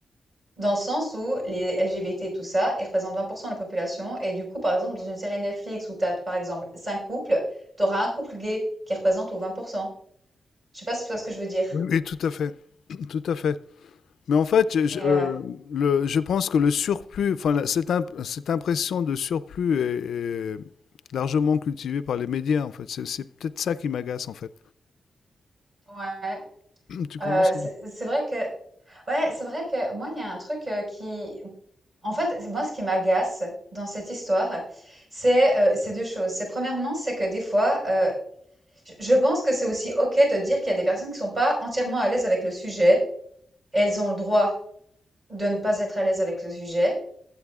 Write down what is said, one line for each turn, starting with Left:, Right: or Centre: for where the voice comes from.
Right: dans le sens où les LGBT et tout ça, ils représentent 20 de la population et du coup, par exemple, dans une série Netflix où tu as, par exemple, cinq couples, tu auras un couple gay qui représente aux 20%». Je sais pas si tu vois ce que je veux dire.
Left: Oui, oui, tout à fait, tout à fait. Mais en fait, je, je,
Right: Et
Left: euh,
Right: euh,
Left: le- je pense que le surplus, enfin, la- cette, imp- cette impression de surplus est, est largement cultivée par les médias, en fait. C'est c'est peut-être ça qui m'agace, en fait.
Right: ouais,
Left: <clears throat> Tu commences?
Right: Euh, c'est c'est vrai que ouais, c'est vrai que moi il y a un truc euh, qui en fait, moi ce qui m'agace dans cette histoire, c'est euh, c'est deux choses. C'est premièrement, c'est que des fois euh, je je pense que c'est aussi OK de dire qu'il y a des personnes qui sont pas entièrement à l'aise avec le sujet et elles ont le droit de ne pas être à l'aise avec le sujet.